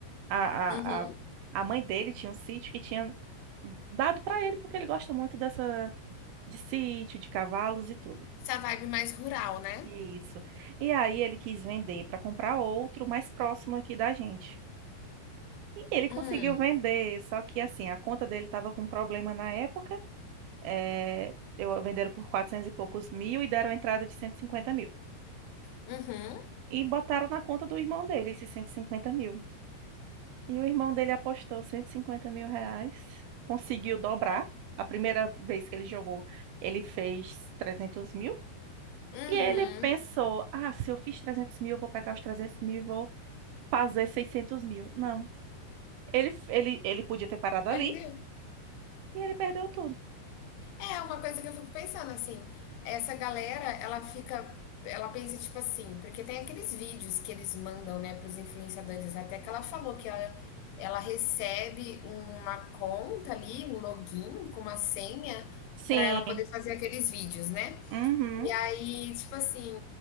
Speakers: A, on the right (about 75°); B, on the left (about 80°).
A: A,
B: Uhum.
A: a, a, a mãe dele tinha um sítio que tinha dado para ele porque ele gosta muito dessa de sítio, de cavalos e tudo.
B: Essa vibe mais rural, né?
A: Isso. E aí ele quis vender para comprar outro mais próximo aqui da gente. E ele conseguiu
B: Hum,
A: vender, só que assim, a conta dele estava com problema na época. É, eu venderam por 400 e poucos mil e deram entrada de 150 mil.
B: uhum,
A: E botaram na conta do irmão dele esses 150 mil. E o irmão dele apostou 150 mil reais, conseguiu dobrar. A primeira vez que ele jogou, ele fez 300 mil.
B: uhum.
A: E ele pensou: ah, se eu fiz 300 mil, eu vou pegar os 300 mil fazer 600 mil. Não. Ele, ele, ele podia ter parado
B: Perdeu.
A: ali e ele perdeu tudo.
B: É uma coisa que eu fico pensando assim, essa galera, ela fica, ela pensa tipo assim, porque tem aqueles vídeos que eles mandam, né, para os influenciadores, até que ela falou que ela, ela recebe uma conta ali, um login com uma senha
A: Sim.
B: para ela poder fazer aqueles vídeos, né?
A: Uhum.
B: E aí, tipo assim,